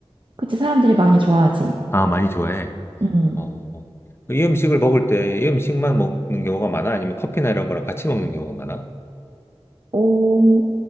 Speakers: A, on the right; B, on the left.
A: 그치, 사람들이 많이 좋아하지.
B: 아, 많이 좋아해.
A: 음,
B: 어, 이 음식을 먹을 때 이 음식만 먹는 경우가 많아? 아니면 커피나 이런 거랑 같이 먹는 경우가 많아?
A: 오,